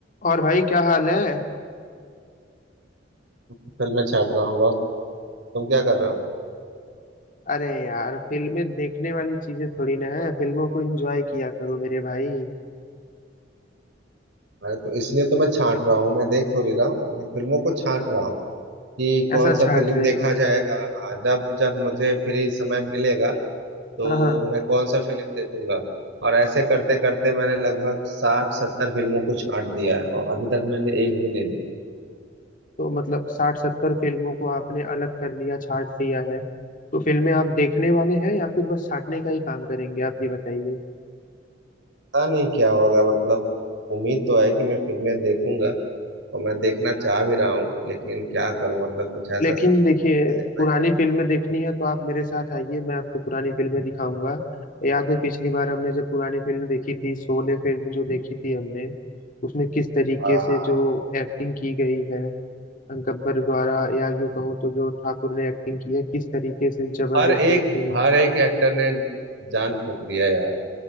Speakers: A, on the left; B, on the right.
A: और भाई क्या हाल है
B: फिर मैं छाट रहा हूँ बस तुम क्या कर रहे हो
A: अरे यार फिल्में देखने वाली चीजें थोड़ी ना है फिल्मों को एंजॉय किया करो मेरे भाई
B: अरे तो इसलिए तो मैं छाट रहा हूँ मैं देख थोड़ी रहा हूँ मैं फिल्मों को छाट रहा हूँ कि कौन
A: ऐसा
B: सा
A: छाट
B: फिल्म
A: रहे
B: देखा
A: हो
B: जाएगा हाँ जब जब मुझे फ्री समय मिलेगा तो
A: हाँ हाँ
B: मैं कौन सा फिल्म देखूंगा और ऐसे करते करते मैंने लगभग साठ सत्तर फिल्मों को छाट दिया है और अभी तक मैंने एक भी नहीं देखी
A: तो मतलब साठ सत्तर फिल्मों को आपने अलग कर लिया छाट लिया है तो फिल्में आप देखने वाले हैं या फिर बस छाटने का ही काम करेंगे आप ये बताइए
B: पता नहीं क्या होगा मतलब उम्मीद तो है कि मैं फिल्में देखूंगा और मैं देखना चाह भी रहा हूँ लेकिन क्या करूँ मतलब कुछ ऐसा
A: लेकिन देखिए
B: सिचुएशन
A: पुरानी
B: नहीं
A: फिल्में देखनी है तो आप मेरे साथ आइए मैं आपको पुरानी फिल्में दिखाऊंगा याद है पिछली बार हमने जब पुरानी फिल्म देखी थी शोले फिल्म जो देखी थी हमने उसमें किस तरीके
B: हुआ
A: से जो एक्टिंग की गई है गब्बर द्वारा या यूं कहूँ तो जो ठाकुर ने एक्टिंग की है किस तरीके से जबरदस्त
B: हर एक
A: एक्टिंग है
B: हर एक एक्टर ने जान फूंक दिया यार